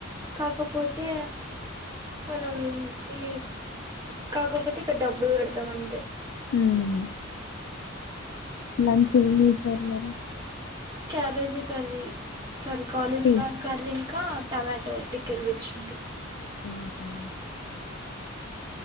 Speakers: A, on the right (about 20°); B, on the left (about 65°).
A: కాక్ కాకపోతే పొలం ఈ కాకపోతే ఇక్కడ డబ్బులు పెడ్తాం అంతే.
B: హ్మ్ లంచ్ అయింది సర్ మరి
A: cabbage curry sorry cauliflower
B: cabbage
A: curry ఇంకా టొమాటో పికిల్ తెచ్చిండ్రు
B: ఉహూ